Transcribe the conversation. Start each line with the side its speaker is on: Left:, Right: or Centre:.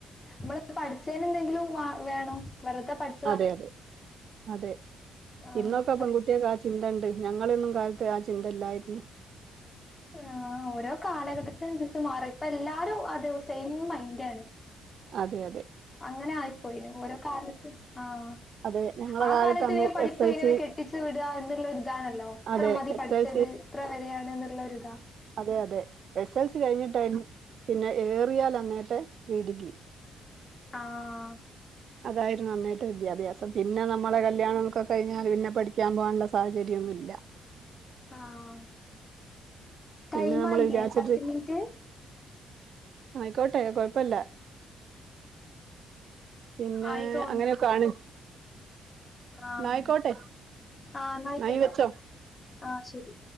Left: നമ്മൾ പഠിച്ചേനെന്തെങ്കിലും വ വേണോ വെറുതെ പഠി
Right: അതെയതെ, അതെ
Left: ആഹ്
Right: ഇന്നൊക്കെ
Left: പഠിച്ച്
Right: പെൺകുട്ടികൾ കാ ചിന്ത ഇണ്ട് ഞങ്ങളൊന്നും കാലത്താ ആഹ് ചിന്തയില്ലായിരുന്നു.
Left: ആഹ് ഓരോ കാലഘട്ടത്തിനനുസരിച്ചു മാറി ഇപ്പല്ലാരും അത് സെയിം മൈൻഡാണ്
Right: അതെയതെ
Left: അങ്ങനെ ആയിപ്പോയി. ഓരോ കാലത്ത്. ആഹ്
Right: അതെ ഞങ്ങളെ
Left: ആ
Right: കാലത്ത്
Left: കാലത്തില്‌
Right: അന്ന്
Left: പഠിപ്പു
Right: എസ് എൽ
Left: തീരുക
Right: സി
Left: കെട്ടിച്ചു വിടുക എന്നുള്ളതാണല്ലോ ഇത്ര
Right: അതെ
Left: മതി
Right: എസ്
Left: പഠിച്ചത്.
Right: എൽ
Left: ഇത്ര വരെയാണെന്നുള്ള യൊരിതാ.
Right: അതെയതെ എസ് എൽ സി കഴിഞ്ഞിട്ടായിലും പിന്നെ യേറിയാല ന്നത്തെ പ്രീഡിഗ്രി
Left: ആഹ്
Right: അതായിരുന്നു അന്നേരത്തെ വിദ്യാഭ്യാസം. പിന്നെ നമ്മടെ കല്യാണക്കെ കഴിഞ്ഞാൽ പിന്നെ പഠിക്കാൻ പോകാനുള്ള സ സാഹചര്യന്നുല്ല
Left: ആഹ് ടൈംമായില്ലേ
Right: പിന്നെ നമ്മൾ വിചാരിച്ചിട്ട്
Left: പത്തു മിനിറ്റ്.
Right: ആയിക്കോട്ടെ കൊഴപ്പല്ല. പിന്നെ
Left: ആയി തോന്നുന്നു
Right: അങ്ങനെയൊക്കെ ആണ്
Left: ആഹ്
Right: എന്നാ ആയിക്കോട്ടെ
Left: ആഹ് ന്നായിക്കോട്ടെ
Right: നായി വെച്ചോ
Left: ആഹ് ശരി.